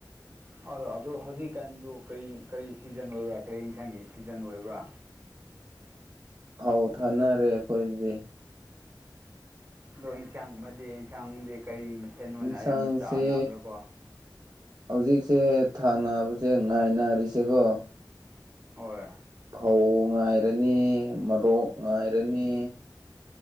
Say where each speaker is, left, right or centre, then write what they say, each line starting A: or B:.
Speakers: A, on the right; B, on the right.
A: ꯑꯗꯣ ꯑꯗꯨ ꯍꯧꯖꯤꯛꯀꯥꯟꯗꯨ ꯀꯔꯤ ꯀꯔꯤ ꯁꯤꯖꯟ ꯑꯣꯏꯕ꯭ꯔꯥ ꯀꯔꯤ ꯏꯟꯁꯥꯡꯒꯤ ꯁꯤꯖꯟ ꯑꯣꯏꯕ꯭ꯔꯥ
B: ꯐꯧ ꯊꯥꯅꯔꯦ ꯑꯩꯈꯣꯏꯗꯗꯤ
A: ꯑꯗꯣ ꯏꯟꯁꯥꯡꯒꯨꯝꯃꯗꯤ ꯏꯟꯁꯥꯡꯗꯤ ꯀꯔꯤ ꯃꯊꯦꯟ ꯑꯣꯏꯅ
B: ꯏꯟꯁꯥꯡꯁꯦ
A: ꯑꯌꯥꯝꯕ ꯆꯥꯅꯕ꯭ꯔꯣ ꯀꯣ
B: ꯍꯧꯖꯤꯛꯁꯦ ꯊꯥꯅꯕꯁꯦ ꯉꯥꯏꯅꯔꯤꯁꯦꯀꯣ
A: ꯍꯣꯏ
B: ꯐꯧ ꯉꯥꯏꯔꯅꯤ ꯃꯔꯣꯛ ꯉꯥꯏꯔꯅꯤ